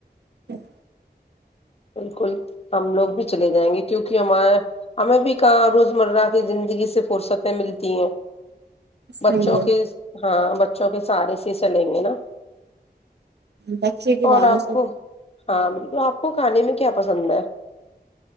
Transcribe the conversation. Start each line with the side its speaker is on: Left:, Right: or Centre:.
Right: اچ
Left: بالکل ہم لوگ بھی چلے جائیں گے کیونکہ ہمار ہمیں بھی کہاں روز مرہ کی زندگی سے فرصتیں ملتی ہیں
Right: صحیح
Left: بچوں
Right: ہے
Left: کی ہاں بچوں کی ساری سی چلیں گے نا
Right: بچے کے
Left: اور
Right: بہانے
Left: آپ
Right: سے
Left: کو ہاں ب تو آپ آ کو کھانے میں کیا پسند ہے